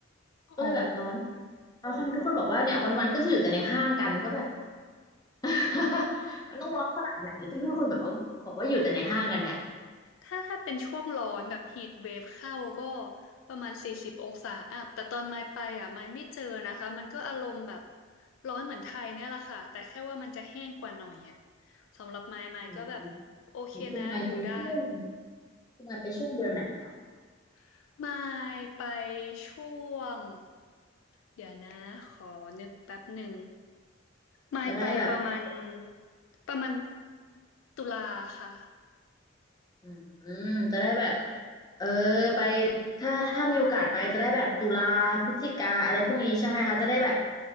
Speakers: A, on the left; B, on the left.
A: ก็เลยแบบร้อน
B: อ๋อ
A: แล้วคณะทุกคนบอกว่าเนี่ยวันๆก็จะอยู่แต่ในห้างกันก็แบบ <laughs> มันต้องร้อนขนาดไหนที่ทุกคนแบบว่าบอกว่าอยู่แต่ในห้างกันเนี่ย
B: ถ้าถ้าเป็นช่วงร้อนแบบ heat wave เวฟเข้าก็ประมาณสี่สิบองศาอัพแต่ตอนมายไปอ่ะมายไม่เจอนะคะมันก็อารมณ์แบบร้อนเหมือนไทยเนี่ยแหละค่ะแต่แค่ว่ามันจะแห้งกว่าหน่อยอ่ะสำหรับมายมายก็แบบ
A: อืม
B: โอเคนะอยู่ได้
A: คุณมายไปช่วงคุณมายไปช่วงเดือนไหนคะ
B: <laughs> มายไปช่วงเดี๋ยวนะขอนึกแป๊บหนึ่งมายไปประมาณ
A: จะได้แบบไป
B: ประมาณตุลาค่ะ
A: อืมจะได้แบบเออไปถ้าถ้ามีโอกาสไปจะได้แบบตุลาพฤศจิกาอะไรพวกนี้ใช่ไหมคะจะได้แบบ